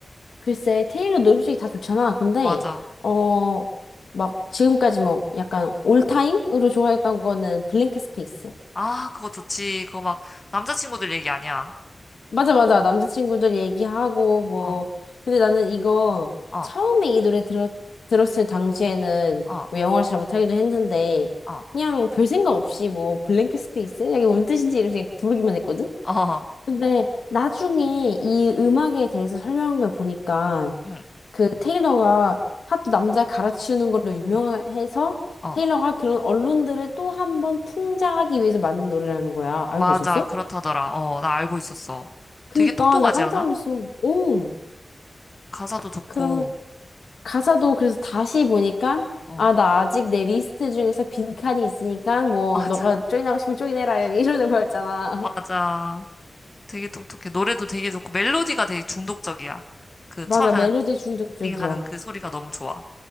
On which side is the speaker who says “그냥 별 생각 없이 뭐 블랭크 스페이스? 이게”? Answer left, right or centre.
Left